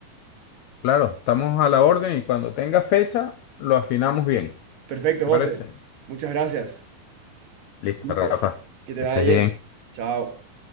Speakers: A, on the left (about 85°); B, on the right (about 70°).
A: claro, estamos a la orden y cuando tenga fecha lo afinamos bien.
B: Perfecto,
A: ¿Te
B: José.
A: parece?
B: Muchas gracias.
A: Listo,
B: Listo.
A: Rafa.
B: Que te
A: Estés
B: vaya bien.
A: bien.
B: Chao.